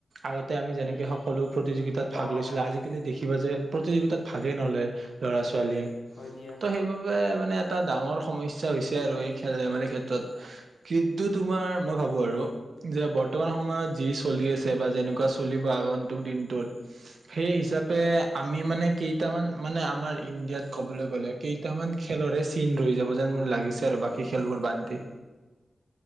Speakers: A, on the right; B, on the left.
A: আগতে আমি যেনেকে সকলো প্ৰতিযোগিতাত
B: অ', অ',
A: ভাগ লৈছিলে আজিকালি দেখিবা যে প্ৰতিযোগিতাত ভাগেই নলয় ল'ৰা-ছোৱালীয়ে
B: হয় দিয়া
A: ত' সেইবাবে মানে এটা ডাঙৰ সমস্যা হৈছে আৰু এই খেল ধেমালিৰ ক্ষেত্ৰত কিন্তু তোমাৰ মই ভাবো আৰু যে বৰ্তমান সময়ত যি চলি আছে বা যেনেকুৱা চলিব আগন্তুক দিনটোত সেই হিচাপে আমি মানে কেইটামান মানে আমাৰ ইণ্ডিয়াত ক'বলৈ গ'লে কেইটামান খেলৰে চিন ৰৈ যাব যেন মোৰ লাগিছ। বাকী খেলবোৰ বাদ দি